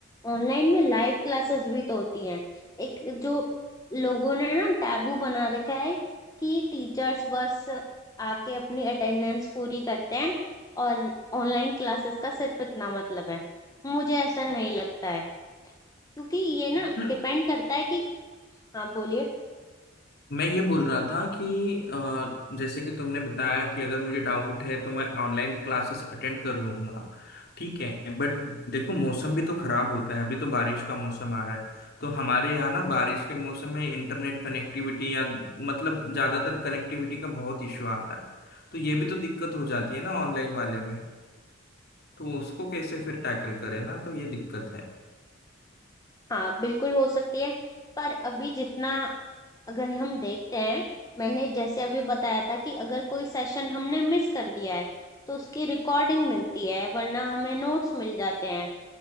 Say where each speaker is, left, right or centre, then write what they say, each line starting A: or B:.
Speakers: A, on the left; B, on the left.
A: ऑनलाइन में लाइव क्लासेस भी तो होती हैं एक जो लोगों ने ना टैबू बना रखा है कि टीचर्स बस आके अपनी अटेंडेंस पूरी करते हैं और ऑनलाइन क्लासेस का सिर्फ इतना मतलब है मुझे ऐसा नहीं लगता है क्योंकि ये ना
B: है
A: डिपेंड करता है कि हाँ बोलिए
B: मैं ये बोल रहा था कि अ, जैसे कि तुमने बताया कि अगर मुझे डाउट है तो मैं ऑनलाइन क्लासेस अटेंड कर लूंगा ठीक है बट देखो मौसम भी तो खराब होता है अभी तो बारिश का मौसम आ रहा है तो हमारे यहाँ ना बारिश के मौसम में इंटरनेट कनेक्टिविटी या मतलब ज़्यादातर कनेक्टिविटी का बहुत इशू आता है तो ये भी तो दिक्कत हो जाती है ना ऑनलाइन वाले में तो उसको कैसे फिर टैकल करें ना तो ये दिक्कत है
A: हाँ बिल्कुल हो सकती है पर अभी जितना अगर हम देखते हैं मैंने जैसे अभी बताया था कि अगर कोई सेशन हमने मिस कर दिया है तो उसकी रिकॉर्डिंग मिलती है वरना हमें नोट्स मिल जाते हैं